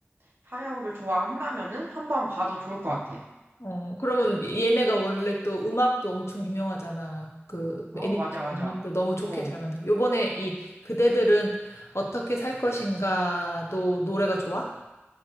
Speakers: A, on the right; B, on the left.
A: 하야오를 좋아한다면은 한번 봐도 좋을 것 같아.
B: 어, 그러면 얘네가 원래 또 음악도 엄청 유명하잖아. 그
A: 어,
B: 애니메이션
A: 맞아, 맞아.
B: 음악도 너무 좋게
A: 어,
B: 잘 만든. 요번에 이 그대들은 어떻게 살 것인가도 노래가 좋아?